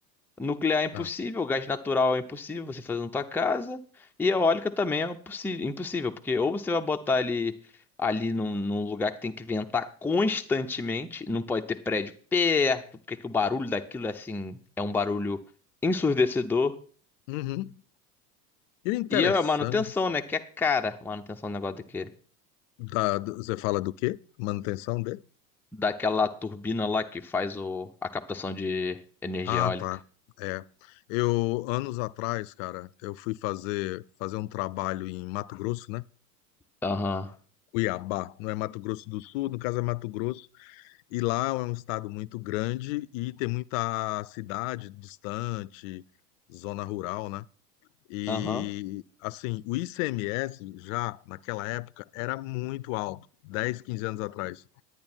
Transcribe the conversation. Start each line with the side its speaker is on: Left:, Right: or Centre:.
Centre: Nuclear é impossível,
Left: É.
Centre: gás natural é impossível você fazer na tua casa. E eólica também é possível, impossível, porque ou você vai botar ele ali num, num lugar que tem que ventar constantemente, não pode ter prédio perto, porque que o barulho daquilo é assim, é um barulho ensurdecedor.
Left: Uhum. E o interessante,
Centre: E é a manutenção, né, que é cara, a manutenção do negócio daquele,
Left: da, do- você fala do quê? Manutenção de?
Centre: daquela turbina lá que faz o, a captação de energia
Left: Ah,
Centre: eólica.
Left: tá. É. Eu, anos atrás, cara, eu fui fazer, fazer um trabalho em Mato Grosso, né?
Centre: Aham.
Left: Cuiabá, não é Mato Grosso do Sul, no caso é Mato Grosso, e lá é um estado muito grande e tem muita cidade distante, zona rural, né? E
Centre: Aham.
Left: assim, o ICMS já naquela época era muito alto, 10 15 anos atrás.